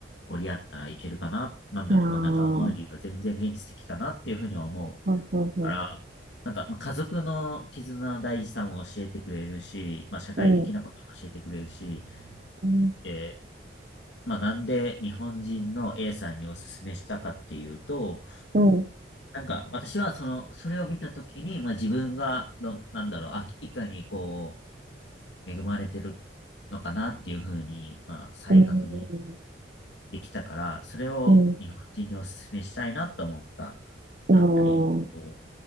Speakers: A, on the left; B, on the right.
A: 折り合ったらいけるかな、なんだろう、
B: ああ、
A: まあ、仲間割りは全然現実的かなっていうふうには思う
B: そうそうそ
A: から、なんか、まあ、家族の絆の大事さも教えてくれるし、まあ、社会的なことも教えてくれるし、
B: う。うん、うん、
A: でまあ、なんで日本人の A さんにおすすめしたかっていうと、
B: うん、
A: なんか私はその、それを見たときに、まあ、自分がど、なんだろう、あ、いかにこう、恵まれてるのかなっていうふうに、まあ、再確認
B: うん、
A: できたから、それを日本人におすすめしたいなと思った。
B: うん。ああ、
A: やっぱり、こう、